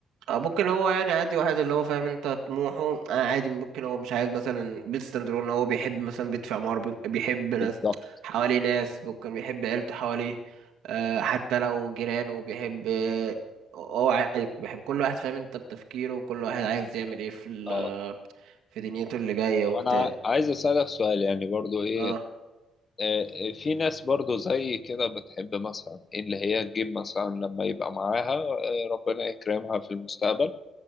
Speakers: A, on the right; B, on the left.
A: آه، ممكن هو يعني عادي واحد اللي هو فاهم انت طموحه آه عادي ممكن هو مش عايز مثلا بيت ستاندرون ان هو بيحب مثلا بيت في عمارة بي- بيحب ناس
B: بالظبط
A: حواليه ناس ممكن بيحب عيلته حواليه آه حتى لو جيرانه بيحب آه، هو عادي بيحب كل واحد فاهم انت بتفكيره وكل واحد عايز يعمل ايه في
B: اه
A: في دنيته اللي جاية
B: طب
A: وبتاع
B: أنا عايز أسألك سؤال يعني برضه إيه
A: اه
B: آه، آه، في ناس برضو زي كده بتحب مثلا اللي هي تجيب مثلا لما يبقى معاها آه، ربنا يكرمها في المستقبل